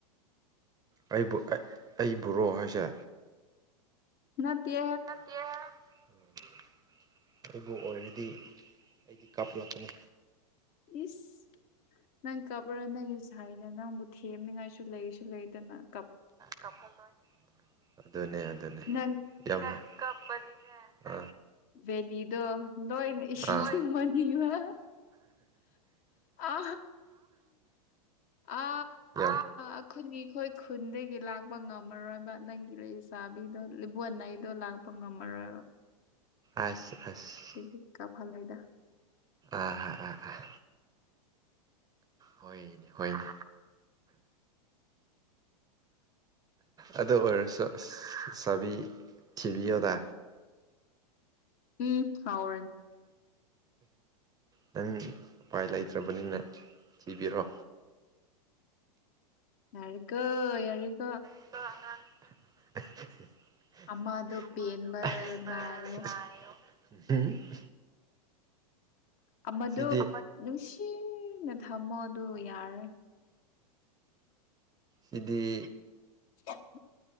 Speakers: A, on the right; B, on the left.
A: ꯑꯩꯕꯨ ꯑꯩꯕꯨꯔꯣ ꯍꯥꯏꯁꯦ
B: ꯅꯠꯇꯦ
A: ꯅꯠꯇꯦ ꯑꯩꯕꯨ ꯑꯣꯏꯔꯗꯤ ꯑꯩꯗꯤ ꯀꯥꯞꯂꯛꯀꯅꯤ
B: ꯏꯁ ꯅꯪ ꯀꯞꯄꯔꯥ ꯅꯪꯒꯤ ꯁꯥꯏꯅ ꯅꯪꯕꯨ ꯊꯦꯝꯅꯤꯡꯉꯥꯏꯁꯨ ꯂꯩꯁꯨ ꯂꯩꯗꯅ
A: ꯀꯐꯜꯂꯣꯢ ꯑꯗꯨꯅꯦ ꯑꯗꯨꯅꯦ
B: ꯅꯪ
A: <unintelligible>
B: ꯕꯦꯂꯤꯗꯣ ꯂꯣꯏꯅ ꯏꯁꯤꯡ
A: ꯑꯥ
B: ꯁꯨꯝꯃꯅꯤꯕ ꯑ ꯑ
A: ꯌꯥꯝ
B: ꯑꯈꯣꯏꯅꯤꯈꯣꯏ ꯈꯨꯟꯗꯒꯤ ꯂꯥꯛꯄ ꯉꯝꯃꯔꯣꯏꯕ ꯅꯪꯒꯤ ꯂꯩꯁꯥꯕꯤꯗꯣ ꯂꯤꯕꯣꯟꯅꯩꯗꯣ ꯂꯥꯛꯄ ꯉꯝꯃꯔꯣꯏꯕ
A: ꯑꯁ ꯑꯁ
B: ꯑꯗꯨꯒꯤ ꯀꯥꯐꯜꯂꯣꯏꯗ
A: ꯑꯥꯥ ꯑꯥ ꯑꯥ ꯍꯣꯏꯅꯦ ꯍꯣꯏꯅꯦ ꯑꯗꯨ ꯑꯣꯏꯔꯁꯨ ꯆꯥꯕꯤ ꯊꯤꯕꯤꯌꯣꯗ
B: ꯎꯝ ꯍꯥꯎ
A: ꯅꯪ ꯎꯄꯥꯏ ꯂꯩꯇ꯭ꯔꯕꯅꯤꯅ ꯊꯤꯕꯤꯔꯣ
B: ꯌꯥꯔ ꯀ
A: ꯑ ꯑꯉꯥꯡ
B: ꯑꯃꯗꯣ ꯄꯦꯟꯕ
A: ꯑꯗꯨ
B: ꯅꯥꯏꯌꯣ ꯑꯃꯗꯣ
A: ꯌꯥꯔꯦ
B: ꯅꯨꯡꯁꯤꯅ ꯊꯝꯃꯣ ꯑꯗꯨ ꯌꯥꯔꯦ
A: ꯁꯤꯗꯤ
B: ꯎ